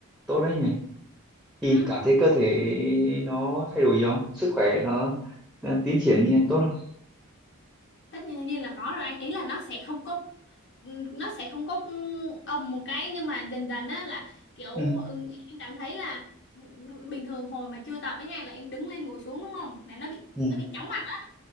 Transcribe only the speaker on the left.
ừ.
tất nhiên nhiên là có rồi anh ý là nó sẽ không có ừ, nó sẽ không có ừ, ầm một cái nhưng mà dần dần á là kiểu
ừ, em cảm thấy là b- bình thường hồi mà chưa tập ấy nha là em đứng lên ngồi xuống đúng không là nó bị
nó bị chóng mặt